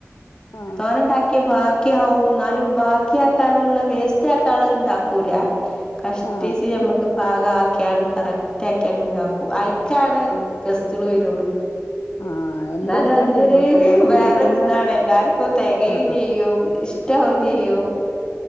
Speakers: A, on the left; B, on the left.
A: ആ
B: തോനണ്ടാക്ക്യാ ഭാ ക്ക്യാവും ഇന്നാലും ബാക്ക്യാക്കാന്ള്ള വേസ്റ്റാക്കാള്ളത് ഇണ്ടാക്കൂല. കഷ്ടിച്ച്
A: ആ
B: ഞമ്മക്ക് പാകാക്ക്യാണ്ട് കറക്റ്റാക്ക്യാണ്ട് ണ്ടാക്കും ഐക്കാണ്
A: ആ
B: ഗസ്റ്റാള് വരള്ളു
A: ആ എന്റെ
B: ന്നാലും
A: ഹസ്ബൻഡ്
B: അതിനൊര്
A: അതുപോലെ തന്നെ ഇവിടെ
B: വേറൊരു
A: വീട്ടിൽന്ന്
B: താണ് എല്ലാരും പ്പെ തെകയും
A: ആ
B: ചെയ്യും ഇഷട്ടാവും ചെയ്യും